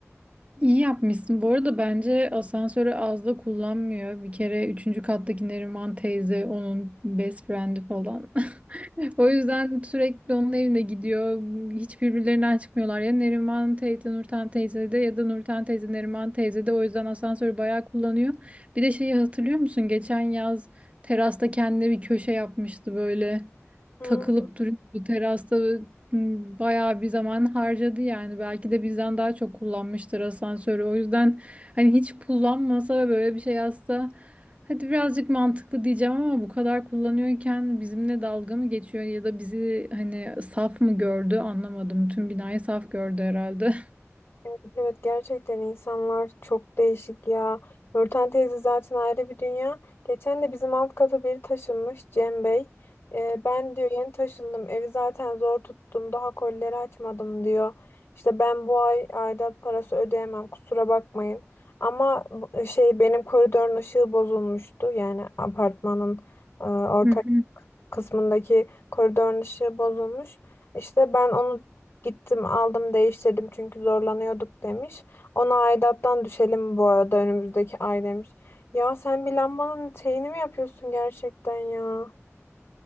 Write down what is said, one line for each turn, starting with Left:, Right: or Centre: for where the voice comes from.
Right: İyi yapmışsın. Bu arada bence asansörü az da kullanmıyor. Bir kere üçüncü kattaki Neriman teyze onun best friend'i falan. <laughs> O yüzden sürekli onun evine gidiyor. Hiç birbirlerinden çıkmıyorlar. Ya Neriman teyze Nurten teyze de ya da Nurten teyze Neriman teyze de. O yüzden asansörü bayağı kullanıyor. Bir de şeyi hatırlıyor musun? Geçen yaz terasta kendine bir köşe yapmıştı böyle.
Left: Hmm.
Right: Takılıp duruyordu terasta Hmm, Bayağı bir zaman harcadı yani belki de bizden daha çok kullanmıştır asansörü o yüzden hani hiç kullanmasa ve böyle bir şey yazsa hadi birazcık mantıklı diyeceğim ama bu kadar kullanıyorken bizimle dalga mı geçiyor ya da bizi hani saf mı gördü anlamadım tüm binayı saf gördü herhalde.
Left: Evet evet, gerçekten insanlar çok değişik ya. Nurten teyze zaten ayrı bir dünya. Geçen de bizim alt kata biri taşınmış Cem Bey. Ee, ben diyor yeni taşındım evi zaten zor tuttum daha kolileri açmadım diyor. İşte ben bu ay aidat parası ödeyemem kusura bakmayın. Ama bu- şey benim koridorun ışığı bozulmuştu yani apartmanın e, ortak
Right: <laughs>
Left: kısmındaki koridorun ışığı bozulmuş. İşte ben onu gittim aldım değiştirdim çünkü zorlanıyorduk demiş. Ona aidattan düşelim bu arada önümüzdeki ay demiş. Ya sen bir lambanın şeyini mi yapıyorsun gerçekten ya?